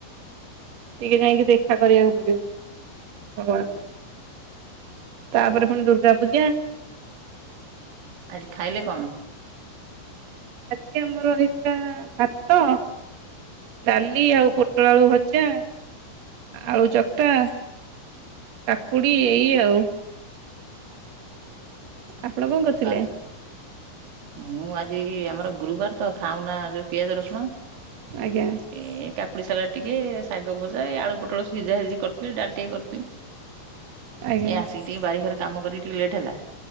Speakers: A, on the right (about 45°); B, on the right (about 85°).
A: ଟିକେ ଯାଇକି ଦେଖା କରିବାକୁ ପଡିବ ଭଗବାନଙ୍କୁ। ତାପରେ ପୁଣି ଦୁର୍ଗା ପୂଜା।
B: ଆଜି ଖାଇଲେ କଣ?
A: ଆଜି ଆମର ହେଇଥିଲା ଭାତ। ଡାଲି ଆଉ ପୋଟଳ ଆଳୁ ଭଜା ଆଳୁ ଚକଟା। କାକୁଡି ଏଇ ଆଉ। ଆପଣ କଣ କରୁଥିଲେ।
B: ଆ ମୁଁ ଆଜି ଆମର ଗୁରୁବାର ତ ଖାଉ ନା ଯୋଉ ପିଆଜ ରସୁଣ।
A: ଆଜ୍ଞା
B: ଏ କାକୁଡି ସାଲାଟ ଟିକେ ଶାଗ ଭଜା ଏଇ ଆଳୁ ପୋଟଳ ସିଝା ସିଜିି କରିଥିଲ ଡାଲି। ଟିକେ କରଥିଲି
A: ଆଜ୍ଞା
B: ଏ ଆସିକି ଟିକେ ବାରିଘରେ କାମ କରିକି ଟିକେ ଲେଟ୍ ହେଲା।